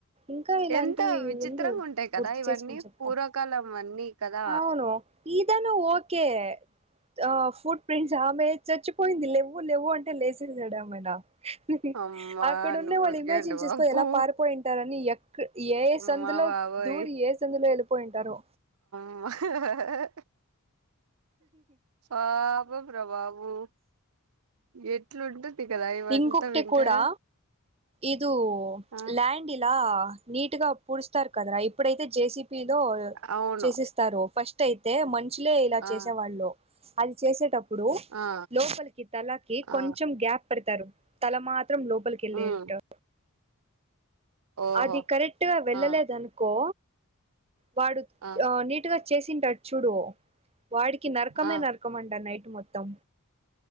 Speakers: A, on the right; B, on the right.
A: ఇంకా ఇలాంటివి
B: ఎంత విచిత్రంగా
A: ఉండు
B: ఉంటాయి కదా
A: గుర్తు
B: ఇవన్నీ
A: చేసుకొని చెప్తా
B: పూర్వకాలం అన్నీ కదా
A: అవును ఈదను ఓకే ఆ ఫుట్ ప్రింట్స్ ఆమె చచ్చిపోయింది లెవ్వు లెవ్వు అంటే లేసేయడమెనా మ్ హు
B: అమ్మా
A: అక్కడ ఉన్న
B: నువ్వు
A: వాళ్ళు
B: ఊరికే
A: ఇమాజిన్
B: ఉండు
A: చేసుకో
B: బాబు
A: ఎలా పారిపోయింటారని ఎక ఏఏ
B: అమ్మ
A: సందులో
B: బాబోయ్
A: లో దూరి ఏ సందు లో వెళ్ళిపోయుంటారో
B: వహా హా పాపం రా బాబు ఎట్లు ఉంటుంది కదా ఇవంతా
A: ఇంకొకటి
B: వింటే
A: కూడా ఇదు
B: ఆ
A: ల్యాండ్ ఇలా నీట్ గా పూడుస్తారు కదరా ఇప్పుడైతే జేసిబి బితో
B: అవును
A: చేసిస్తారు ఫస్ట్ అయితే మనుషులే ఇలా
B: ఆ
A: చేసేవాళ్ళు అది చేసేటప్పుడు
B: ఆ
A: లోపలికి తలకి కొ
B: ఆ
A: గ్యాప్ పెడతారు తల మాత్రం లోపలికి వెళ్ళేటట్లు
B: ఉమ్ ఓహో
A: అది కరెక్ట్గా వెళ్ళలేదనుకో
B: ఆ
A: వాడు
B: ఆ
A: నీటుగా చేసింటాడు చూడు వాడికి నరకమే
B: ఆ
A: నరకం అంట నైట్ మొత్తం